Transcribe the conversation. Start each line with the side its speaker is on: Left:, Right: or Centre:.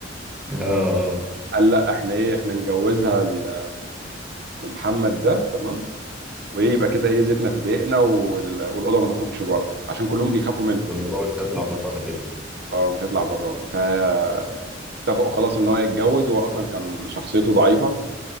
Centre: <laughs> اه اه
Right: قال لا احنا ايه احنا نجوزها ل- لمحمد ده تمام وايه يبقى كده ايه زيتنا في دقيقنا وال- والاوضه ما تخرجش بره عشان كلهم بيخافوا منها
Centre: والموضوع مش هيطلع برانا كده
Right: اه مش هيطلع برانا فاتفقوا خلاص ان هو يتجوز وهو اصلا كان شخصيته ضعيفه